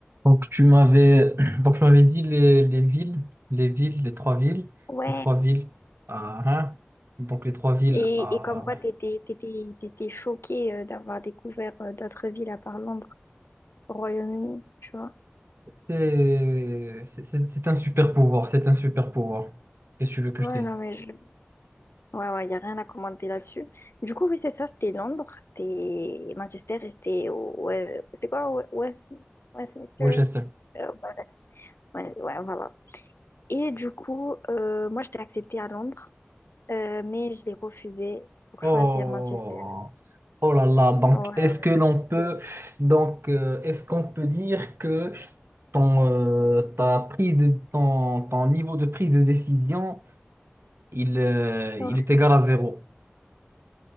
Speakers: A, on the right; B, on the left.
A: Donc tu m'avais <clears throat> donc je m'avais dit les, les villes, les villes, les trois villes,
B: Ouais,
A: les trois villes à Reims. Donc les trois villes
B: et,
A: à
B: et comme quoi
A: ouais.
B: t'étais, t'étais, t'étais choquée euh, d'avoir découvert euh, d'autres villes à part Londres, au Royaume-Uni, tu vois.
A: C'est c'est c'est- c'est un super pouvoir, c'est un super pouvoir. Qu'est-ce que tu veux que
B: Ouais,
A: je te dise?
B: non, mais je... Ouais, ouais, y a rien à commenter là-dessus. Du coup, oui, c'est ça, c'était Londres, c'était Manchester et c'était... au- ouais, C'est quoi, Wes- West... Westminster?
A: Winchester.
B: Euh, Ouais, ouais, ouais, voilà. Et du coup, euh, moi, j'étais acceptée à Londres, euh, mais je l'ai refusée pour
A: Oh
B: choisir Manchester.
A: oh là là. Donc
B: Ouais,
A: est-ce
B: ouais,
A: que l'on
B: bah, je
A: peut
B: sais.
A: donc euh, est-ce qu'on peut dire que ton euh, ta prise de ton, ton niveau de prise de décision il euh, il
B: Ouais.
A: est égal à zéro.